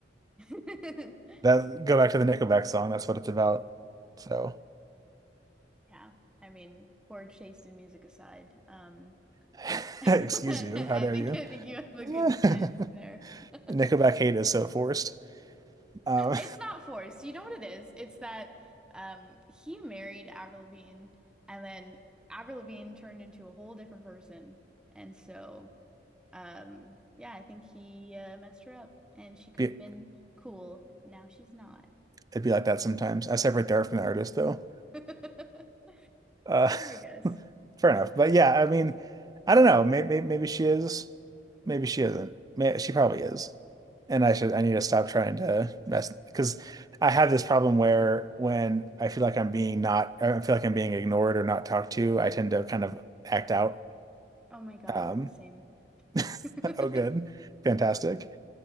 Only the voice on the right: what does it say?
That go back to the Nickelback song. That's what it's about. So,
<laughs>
excuse you. How dare
you?
Yeah.
<laughs>
Nickelback hate is so forced. Um,
<laughs>
be,
it'd be like that sometimes. I separate the art from the artist, though.
Uh,
<laughs> fair enough. But yeah, I mean, I don't know. Maybe maybe she is. Maybe she isn't. May she probably is. And I should I need to stop trying to mess because I have this problem where when I feel like I'm being not I feel like I'm being ignored or not talked to, I tend to kind of act out.
Um,
<laughs>
oh, good, fantastic.